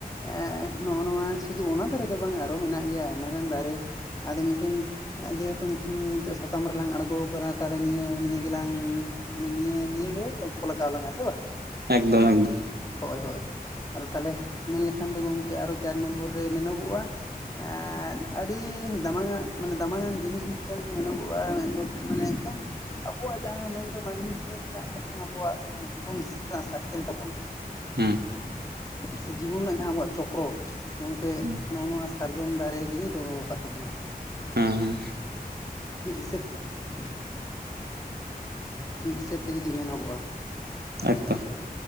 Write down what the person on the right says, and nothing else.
ᱮᱠᱫᱚᱢ ᱮᱠᱫᱚᱢ᱾
ᱦᱮᱸ
ᱦᱩᱸ
ᱦᱮᱸ
ᱮᱠᱫᱚᱢ᱾